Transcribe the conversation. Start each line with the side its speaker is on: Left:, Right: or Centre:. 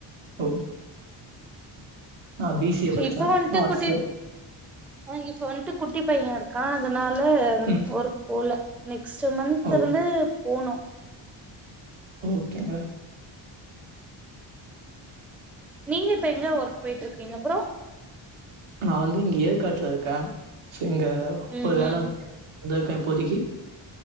Right: ஒ நான் பி சி ஏ படிச்சே
Centre: இப்போ வந்துட்டு
Right: ஆர்ட்ஸு
Centre: குட்டி ஆ இப்ப வன்ட்டு குட்டி பைய இருக்கா அதனால
Right: ம்
Centre: ஒர்க போல நெக்ஸ்ட் மன்த்
Right: ஓ
Centre: இருந்து போனு
Right: ஓகேங்க
Centre: நீங்க இப்ப எங்க ஒர்க் போயிட்ருக்கீங்க ப்ரோ
Right: நா வந்து இங்க ஏற்காட்ல இருக்கே ஸோ இங்க
Centre: ம்
Right: ஒரு வேல
Centre: ம்
Right: வந்து வந்தருக்கே இப்போதைக்கி